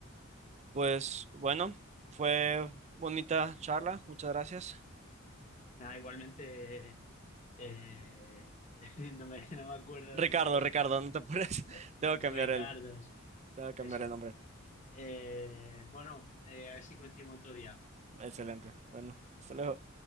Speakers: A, on the right; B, on the left.
A: Pues bueno, fue bonita charla. Muchas gracias.
B: Nada, igualmente eh, <laughs> no me, no me acuerdo
A: Ricardo,
B: cómo era
A: Ricardo,
B: tu nombre.
A: no te apures. <laughs>
B: Eh,
A: Tengo
B: Ricardo,
A: que cambiar él.
B: eso.
A: Tengo que cambiar
B: eso.
A: el nombre.
B: Eh, bueno, eh, a ver si coincidimos otro día.
A: Excelente. Bueno, hasta luego.